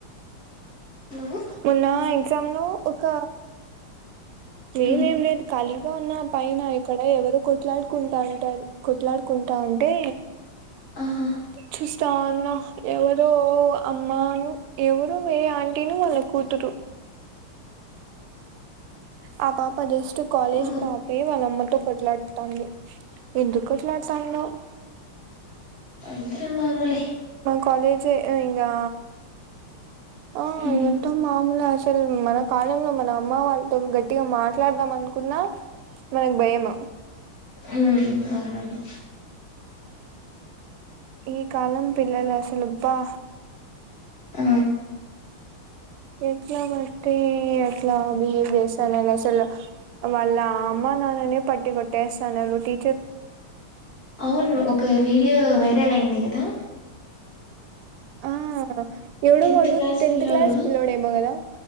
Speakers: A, on the left (about 45°); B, on the right (about 85°).
A: నువ్వు
B: ఉన్నాయి సంలో ఒక నేనేం
A: ఉమ్
B: లేదు ఖాళీగా ఉన్నా పైన ఇక్కడ ఎవరు కొట్లాడుకుంటా ఉంటారు కొట్లాడుకుంటా ఉంటే
A: ఆహా
B: చూస్తా ఉన్న ఎవరో అమ్మను ఎవరో వేరే ఆంటీను వాళ్ళ కూతురు ఆ పాప చుస్ కాలేజ్
A: ఓహో
B: పాపే వాళ్ళమ్మకి అంటే కొట్లాడటాన్ని ఎందుకు కొట్లాడుతాందో
A: అంత మామూలే
B: కాలేజ్ ఇంగా ఆ
A: ఉహు
B: ఇవంత మామూలే అస్ అసలు మన కాలంలో మన అమ్మ వాళ్ళతో గట్టిగా మాట్లాడదాం అనుకున్నా మనకు భయం
A: అ అవునవును
B: ఈ కాలం పిల్లలు అసలు అబ్బా
A: ఆ
B: ఎట్లా బట్టి ఎట్లా బిహేవ్ చేస్తాన్నారు అసలు వాళ్ళ అమ్మ నాన్ననే పట్టి కొట్టేస్తాన్నారు టీ
A: అవును ఒక వీడియో వైరల్ అయింది కదా
B: ఆ ఎవడు
A: టెన్త్
B: వాడు
A: క్లాస్
B: టెన్త్
A: పిల్లోడు
B: క్లాస్ పిల్లడు ఏమో కదా